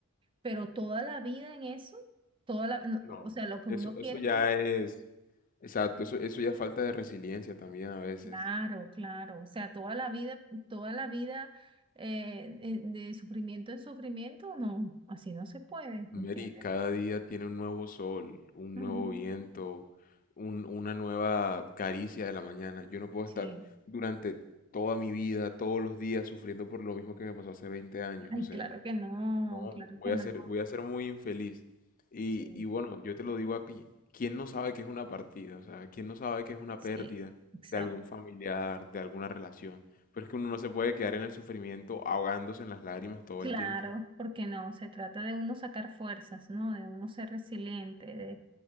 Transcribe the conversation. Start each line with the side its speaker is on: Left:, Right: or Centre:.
Right: Pero toda la vida en eso, toda la, no,
Left: No,
Right: o sea, lo que
Left: eso,
Right: uno
Left: eso
Right: quiere
Left: ya
Right: es como
Left: es, exacto, eso, eso ya es falta de resiliencia también a veces.
Right: Claro, claro. O sea, toda la vida, toda la vida eh, eh, de sufrimiento en sufrimiento, no, así no se puede,
Left: Mary,
Right: ¿entiendes?
Left: cada día tiene un nuevo sol, un
Right: Ujú.
Left: nuevo viento, un- una nueva caricia de la mañana. Yo no puedo
Right: Sí.
Left: estar durante toda mi vida, todos los días, sufriendo por lo mismo que me pasó hace 20 años.
Right: Ay,
Left: O sea,
Right: claro que no,
Left: no,
Right: claro
Left: voy
Right: que no.
Left: a ser, voy a ser muy infeliz. Y,
Right: Sí,
Left: y bueno, yo te lo digo aquí, ¿quién no sabe qué es una partida? O sea, ¿quién no sabe qué es una
Right: sí,
Left: pérdida
Right: exacto.
Left: de algún familiar, de alguna relación? Pero es que uno no se puede quedar en el sufrimiento ahogándose en las lágrimas todo
Right: Claro,
Left: el tiempo.
Right: porque no, se trata de uno sacar fuerzas, ¿no? De uno ser resiliente, de,